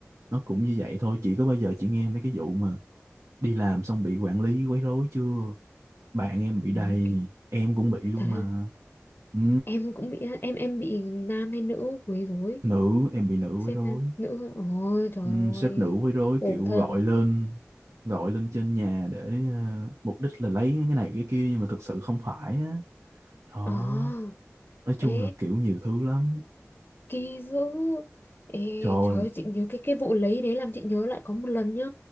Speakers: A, on the right (about 80°); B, on the left (about 45°).
A: nó cũng như vậy thôi chị có bao giờ chị nghe mấy cái vụ mà đi làm xong bị quản lý quấy rối chưa bạn em bị
B: ừ,
A: đầy
B: ok.
A: em cũng bị luôn
B: thật ha
A: mà ừ,
B: em cũng bị á, em em bị nam hay nữ quấy rối
A: nữ em bị nữ
B: sếp
A: quấy rối
B: nam nữ á. ôi trời
A: Ừ,
B: ơi
A: sếp nữ quấy rối
B: khổ
A: kiểu
B: thân
A: gọi lên gọi lên trên nhà để ờ, mục đích là lấy cái này cái kia nhưng mà thực sự không phải á đó
B: à
A: nói chung
B: ê
A: là kiểu nhiều thứ lắm
B: kỳ dữ Ê,
A: trời
B: trời
A: ơi,
B: ơi, chị nhớ cái cái vụ lấy đấy làm chị nhớ lại có một lần nhá